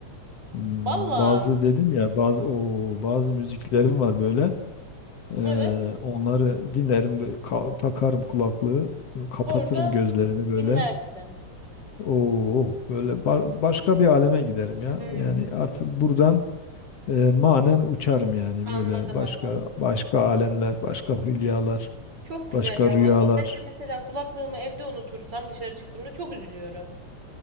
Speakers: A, on the left (about 60°); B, on the right (about 35°).
A: Hmm,
B: Valla
A: Bazı dedim ya bazı o bazı müziklerim var böyle. E,
B: evet
A: onları dinlerim, böyle ka- takarım kulaklığı, kapatırım
B: orada
A: gözlerimi böyle.
B: dinlersin.
A: Oo, böyle ba- başka bir aleme giderim ya.
B: Hmm.
A: Yani artık buradan e, manen uçarım yani
B: Anladım
A: böyle başka
B: anladım.
A: başka alemler, başka hülyalar,
B: Çok güzel
A: başka
B: ya
A: rüyalar.
B: valla. Ben de mesela kulaklığımı evde unutursam dışarı çıktığımda çok üzülüyorum.